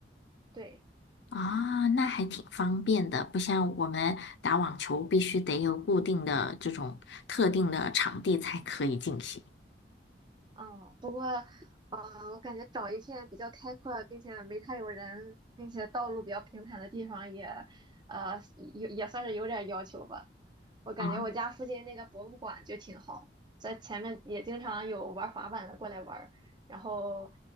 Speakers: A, on the right (about 25°); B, on the left (about 80°).
A: 对，
B: 啊，那还挺方便的，不像我们打网球必须得有固定的这种特定的场地才可以进行。
A: 哦啊，我感觉找一片比较开阔，并且没太有人，并且道路比较平坦的地方也，呃，也也算是有点要求吧。我感觉我家附近那个博物馆就挺好，
B: 啊，
A: 在前面也经常有玩滑板的过来玩儿然后，